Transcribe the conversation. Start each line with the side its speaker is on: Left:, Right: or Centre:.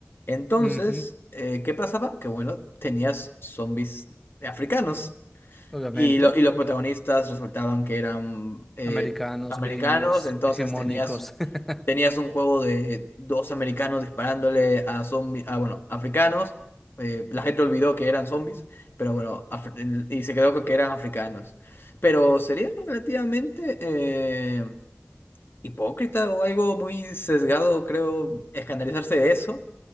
Left: Entonces,
Centre: Ujú.
Left: eh, ¿qué pasaba? Que bueno, tenías zombies africanos
Centre: Obviamente,
Left: y, lo- y los protagonistas resultaban que eran eh,
Centre: americanos,
Left: americanos,
Centre: gringos,
Left: entonces
Centre: hegemónicos.
Left: tenías, un-
Centre: <laughs>
Left: tenías un juego de dos americanos disparándole a zombies, a, bueno, africanos. eh, la gente olvidó que eran zombies, pero bueno, af- y se quedó con que eran africanos. Pero sería relativamente... eh, hipócrita o algo muy sesgado, creo, escandalizarse de eso,